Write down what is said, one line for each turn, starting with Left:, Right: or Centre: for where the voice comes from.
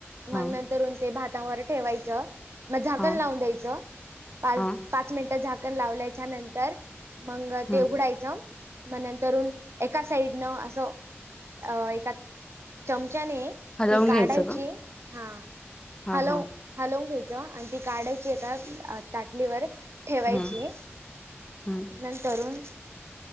Right: मग
Left: हा
Right: नंत करून ते भातावर ठेवायचं मग झाकण
Left: हा
Right: लावून द्यायचं, पाच
Left: हा
Right: पाच मिनिटं झाकण लावल्याच्या नंतर मग
Left: हम्म
Right: ते उघडायचं, म नंतरुन एका साईडन असं अ एका चमचाने
Left: हलवून
Right: ती काढायची
Left: घ्यायचं का?
Right: हा
Left: हा
Right: हॅलो
Left: हा
Right: <unintelligible> हालवून घ्यायचं आणि ती काढायची एका ताटलीवर ठेवायची
Left: हम्म हम्म
Right: नंतरून